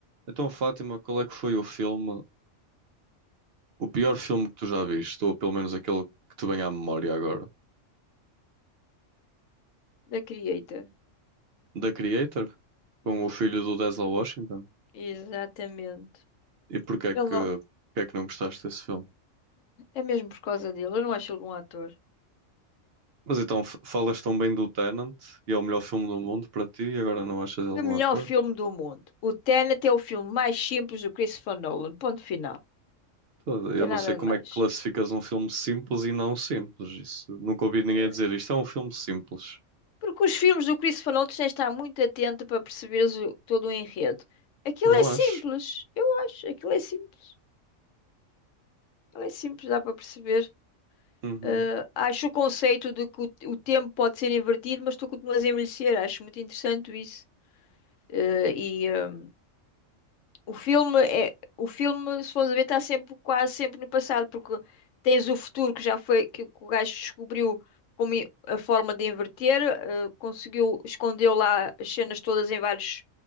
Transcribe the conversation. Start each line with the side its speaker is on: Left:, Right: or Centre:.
Right: Então, Fátima, qual é que foi o filme, o pior filme que tu já viste, ou pelo menos aquele que te vem à memória agora?
Left: da Creator.
Right: The Creator? Com
Left: Hum,
Right: o filho do Denzel Washington?
Left: exatamente.
Right: E porquê é
Left: Ele
Right: que,
Left: não.
Right: porque é que não gostaste desse filme?
Left: É mesmo por causa dele. Eu não acho ele bom ator.
Right: Mas então, f- falas tão bem do Tenant e é o melhor filme do mundo para ti e agora não achas ele
Left: O
Right: bom
Left: melhor
Right: ator?
Left: filme do mundo. O Tenet é o filme mais simples do Christopher Nolan. Ponto final. Não
Right: Tô- Eu
Left: tem
Right: não
Left: nada
Right: sei como
Left: de mais.
Right: é que classificas um filme simples e não simples. Isso, nunca ouvi ninguém
Left: Eh,
Right: dizer isto é um filme simples.
Left: Porque os filmes do Christopher Nolan tu tens de estar muito atento para perceberes o- todo o enredo. Aquilo
Right: Não
Left: é simples.
Right: acho.
Left: Eu acho. Aquilo é simples. Aquilo é simples, dá para perceber.
Right: Uhum.
Left: Eh, acho o conceito de que o, o tempo pode ser invertido, mas tu continuas a envelhecer. Acho muito interessante isso. Eh, e ah, O filme é, o filme, se fomos a ver, está sempre, quase sempre no passado, porque tens o futuro que já foi, que o gajo descobriu como i- a forma de inverter, eh, conseguiu, escondeu lá as cenas todas em vários